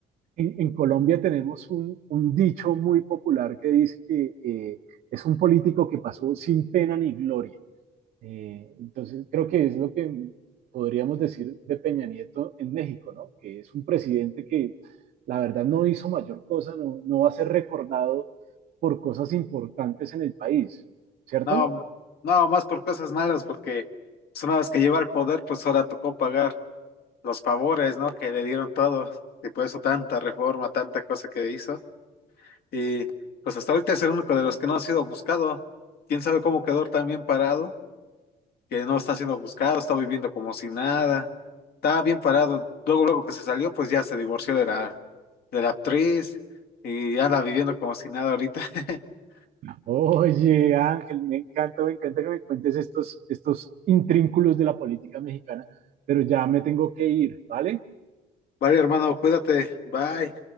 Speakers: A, on the right (about 55°); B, on the left (about 70°).
A: En, en Colombia tenemos un, un, dicho muy popular que dice que eh, es un político que pasó sin pena ni gloria. Eh, entonces, creo que es lo que podríamos decir de Peña Nieto en México, ¿no? Que es un presidente que la verdad no hizo mayor cosa, no, no va a ser recordado por cosas importantes en el país, ¿cierto?
B: No, no, más por cosas malas, porque pues, una vez que lleva el poder, pues ahora tocó pagar los favores, ¿no? Que le dieron todos. Y por eso tanta reforma, tanta cosa que hizo. Y pues hasta ahorita es el único de los que no ha sido buscado. ¿Quién sabe cómo quedó tan bien parado? que no está siendo buscado, está viviendo como si nada, está bien parado. Luego, luego que se salió, pues ya se divorció de la, de la actriz y anda viviendo como si nada ahorita. <laughs>
A: Oye, Ángel, me encanta, me encanta que me cuentes estos, estos intrínculos de la política mexicana, pero ya me tengo que ir, ¿vale?
B: Vale, hermano, cuídate, bye.